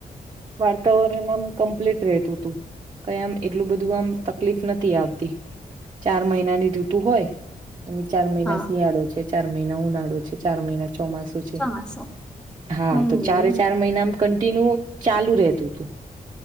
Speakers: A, on the right (about 35°); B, in the centre.
A: વાર્તાવરણ આમ કમ્પ્લીટ રહેતું હતું. કઈ આમ એટલું બધું આમ તકલીફ નથી આવતી ચાર મહિનાની તું હોય. એમ ચાર મહિના
B: હા
A: શિયાળો છે ચાર મહિના ઉનાળો છે. પછ ચાર મહિના. ચોમાસું છે
B: ચોમાસું
A: હા
B: હમ
A: તો ચારે ચાર મહિના કંન્ટિન્યુ ચાલુ રહેતું હતું.